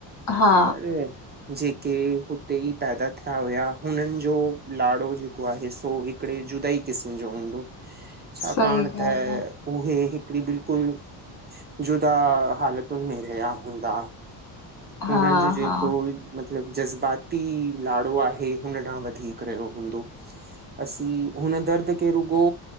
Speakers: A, on the left; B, on the right.
A: हा
B: पर जेके हुते ई पैदा थिया हुया हुनन जो लाड़ो जेको आहे सो हिकड़े जुदाई क़िस्म जो हूंदो
A: <inaudible>
B: छाकाणि
A: ॻाल्हि
B: त
A: आहे
B: उहे हिकड़ी बिलकुलबजुदा हालतन में रहिया हूंदा
A: हा
B: हुनन जो जेको
A: हा
B: मतलब जज़्बाती लाड़ो आहे हुन ॾांह वधीक रहयो हूंदो असीं हुन दर्द खे रुगो